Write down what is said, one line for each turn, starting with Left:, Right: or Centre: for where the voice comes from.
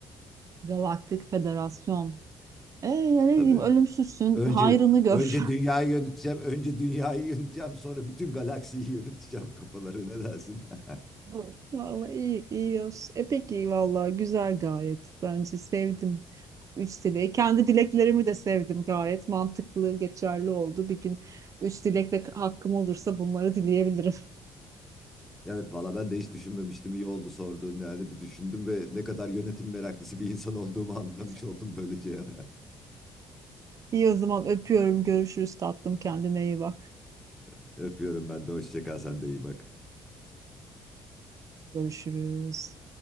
Right: Galaktik Federasyon. E ya ne diyeyim
Centre: Tabii.
Right: ölümsüzsün
Centre: Önce
Right: hayrını gör.
Centre: önce
Right: <laughs>
Centre: dünyayı yöneteceğim, önce dünyayı yöneteceğim, sonra bütün galaksiyi yöneteceğim kafaları ne dersin? <laughs>
Right: Hı. Vallahi iyi, iyi yaş. E peki vallahi güzel gayet. Bence sevdim. Üç dileği. Kendi dileklerimi de sevdim gayet. Mantıklı, geçerli oldu. Bir gün üç dilek ve hakkım olursa bunları dileyebilirim.
Centre: Evet valla ben de hiç düşünmemiştim. İyi oldu sorduğun yani bir düşündüm ve ne kadar yönetim meraklısı bir insan olduğumu anlamış
Right: <laughs>
Centre: oldum böylece.
Right: İyi o zaman öpüyorum. Görüşürüz tatlım. Kendine iyi bak.
Centre: <laughs> Öpüyorum ben de hoşça kal sen de iyi bak.
Right: Görüşürüz.